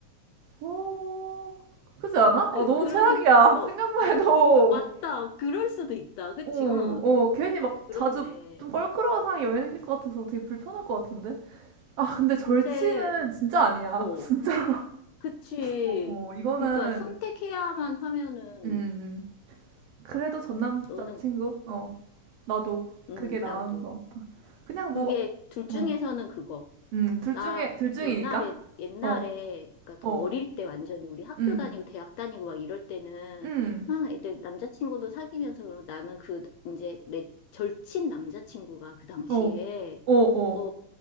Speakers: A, on the right; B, on the left.
A: 오 그렇지 않아? 아
B: <laughs>
A: 너무
B: 그러니까.
A: 최악이야
B: 어,
A: 생각만 해도
B: 어, 맞다. 그럴 수도 있다. 그치?
A: 어,
B: 응.
A: 어 괜히 막
B: 그렇네.
A: 자주 좀 껄끄러운 상황이 여행이 생길 것 같아서 되게 불편할 것 같은데 아 근데 절친은
B: 근데,
A: 진짜 아니야
B: 어,
A: <laughs> 진짜
B: 그치.
A: 어 어, 이거는
B: 그러니까 선택해야만 하면은,
A: 음 음. 그래도 전 남자친구
B: 너는,
A: 어 나도
B: 음,
A: 그게 나은
B: 나도.
A: 것 같아. 그냥 뭐,
B: 그게 둘 중에서는
A: 어,
B: 그거.
A: 음, 둘
B: 나
A: 중에, 둘 중이니까?
B: 옛날에 옛날에
A: 어,
B: 그러니까 더
A: 어,
B: 어릴 때 완전히 우리 학교
A: 음,
B: 다니고 대학 다니고 막 이럴 때는
A: 음,
B: 막 애들 남자친구도 사귀면서 그러면 나는 그 이제 내 절친 남자친구가 그 당시에
A: 어, 어, 어.
B: 어,